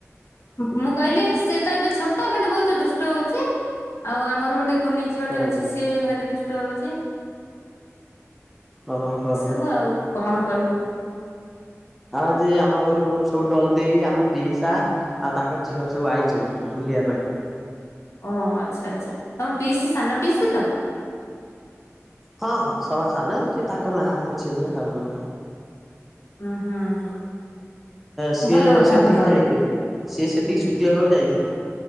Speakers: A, on the left; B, in the centre.
A: <unintelligible> କହିଲି ସିଏ ତ ଏବେ ଛୋଟ କିନ୍ତୁ ବହୁତ ଦୁଷ୍ଟ ହଉଛି। ଆଉ ଆମର ଗୋଟେ- କୁନି ଝିଅ
B: ହୁଁ
A: ଟେ ଅଛି
B: ହୁଁ।
A: ସିଏ ବି ଭାରି ଦୁଷ୍ଟ ହଉଛି।
B: ଓହୋ ହଉ।
A: ଏସବୁ ଆଉ କଣ କହିବୁ।
B: ଆଉ ଆଜି ଆମ ଘରକୁ ସବୁ ଡଲ ଦେଇେଇ ଆମ ପିଇସା। ଆଉ ତାଙ୍କ ଝିଅ ସବୁ ଆଇଛନ୍ତି ବୁଲିବା ପାଇଁ।
A: ଓ ଆଚ୍ଛା ଆଚ୍ଛା ତମେ ପିଇସ୍ ସାନ ପିଇସ୍ ତ।
B: ହଁ ହଁ ସବାସାର ନହିଁ ତାଙ୍କ ନାଁ ହଉଛି ଆଉ।
A: ହୁଁ ହୁଁ ହୁଁ
B: ସିଏ
A: ଭଲ କଥା
B: ସେଠିକି
A: ଭଲ କଥା
B: ଯାଇଥିଲେ ସିଏ ସେଠିକି ଶୁଦ୍ଧି ହେବାକୁ ଯାଇଥିଲେ।